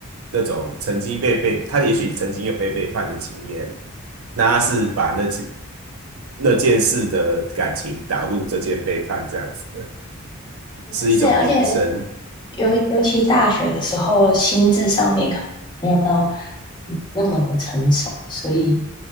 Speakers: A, on the right; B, on the left.
A: 那种曾经被背，他也许曾经有被背叛的经验，那他是把那件那件事的感情导入这件背叛这样子的，
B: 我们是，
A: 是一种延伸。
B: 而且尤尤其大学的时候，心智上面可能没有到那么的成熟，所以